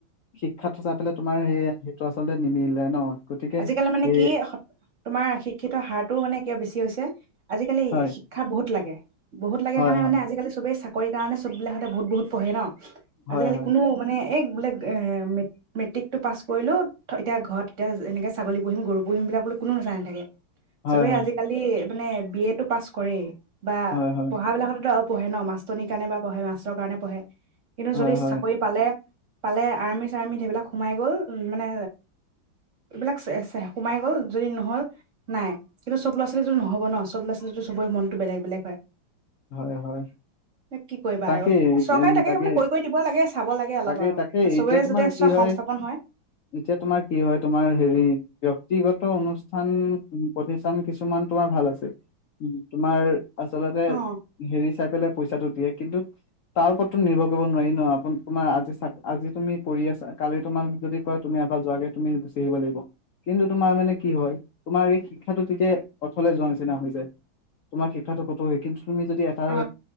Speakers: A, on the left; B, on the right.
A: শিক্ষাতো চাই পেলাই তোমাৰ সেই সেইটো আচলতে নিমিলে ন গতিকে
B: আজিকালি মানে
A: এই
B: কি তোমাৰ শিক্ষিত হাৰটো মানে কিয় বেছি হৈছে আজিকালি
A: হয়
B: শিক্ষা বহুত লাগে বহুত লাগে
A: হয়
B: কাৰণে
A: হয়
B: মানে আজিকালি চবেই চা কৰি কাৰণে চববিলাকহঁতে বহুত বহুত পঢ়ে ন আজিকালি
A: হয় হয়
B: কোনো মানে এই বোলে এ মে মেট্ৰিক টো পাছ কৰিলো এতিয়া ঘৰত এতিয়া এনেকে ছাগলী পুহিম গৰু পুহিম বোলে কোনো নেচাই নাথাকে
A: হয়
B: চবেই
A: হয়
B: আজিকালি মানে বি এ তটো পাছ কৰেই বা
A: হয় হয়
B: পঢ়া বিলাকততো আও পঢ়ে ন মাছটনীৰ কাৰণে বা পঢ়ে‌ মাষ্টাৰৰ কাৰণে পঢ়ে কিন্তু
A: হয়
B: যদি
A: হয়
B: চাকৰি পালে পালে আৰ্মি চাৰ্মি সেইবিলাক সোমাই গ'ল মানে এইবিলাক ছে ছে সোমাই গ'ল যদি নহ'ল নাই কিন্তু সব ল'ৰা ছোৱালীতো নহ'ব ন চব ল'ৰা ছোৱালীতো চবৰে মনটো বেলেগ বেলেগ হয়
A: হয় হয়
B: কি কৰিবা
A: তাকেই
B: আৰু চৰকাৰে
A: তাকে
B: মানে কৈ কৈ দিব লাগে চাব লাগে অলপ
A: তাকে
B: আৰু
A: তাকে
B: চবৰে
A: এতিয়া তোমাৰ
B: যাতে
A: কি হয়
B: সংস্থাপন
A: এতিয়া তোমাৰ কি হয় তোমাৰ হেৰি ব্যক্তিগত অনুষ্ঠান প্ৰতিষ্ঠান কিছুমান তোমাৰ ভাল আছে তোমাৰ আচলতে
B: অ
A: হেৰী চাই পেলাই পইচাটো দিয়ে কিন্তু তাৰ ওপৰতো নিৰ্ভৰ কৰিব নোৱাৰি ন আপ তোমাৰ আজি চ আজি তুমি কৰি আছা কালি তোমাক যদি কয় তুমি ইয়াৰ পা যোৱাগে তুমি গুচি আহিব লাগিব কিন্তু তোমাৰ মানে কি হয় তোমাৰ এই শিক্ষাটো তেতিয়া অথলে যোৱা নিচিনা হৈ যায় তোমাৰ শিক্ষাটো ক'তো হয় কিন্তু তুমি যদি এটা
B: অ